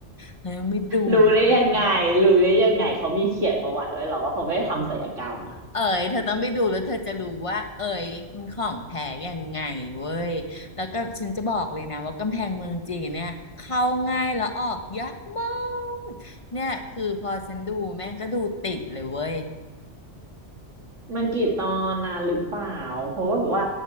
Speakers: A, on the left; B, on the right.
A: เธอต้องไปดูเว้ย
B: รู้ได้ยังไงรู้ได้ยังไงเขามีเขียนประวัติไว้เหรอว่าเขาไม่ได้ทำศัลยกรรมอ่ะ
A: เอ๋ยเธอต้องไปดูแล้วเธอจะรู้ว่าเอ๋ยมันของแท้ยังไงเว้ยแล้วก็ฉันจะบอกเลยนะว่ากำแพงเมืองจีนเนี่ยเข้าง่ายแล้วออกยากมากเนี่ยคือพอฉันดูแม่งก็ดูติดเลยเว้ย
B: มันกี่ตอนนานหรือเปล่าเพราะว่าแบบว่า